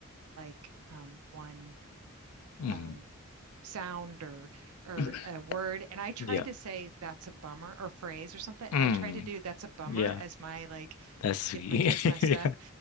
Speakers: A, on the right; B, on the left.
A: like um one
B: hmm
A: um, sound or or
B: <clears throat>
A: a word and I tried
B: Yeah.
A: to say that's a bummer or phrase or something and
B: Mm.
A: I tried to do that's a bummer
B: Yeah.
A: as my like
B: That's sweet.
A: if my kids messed
B: <laughs> Yeah.
A: up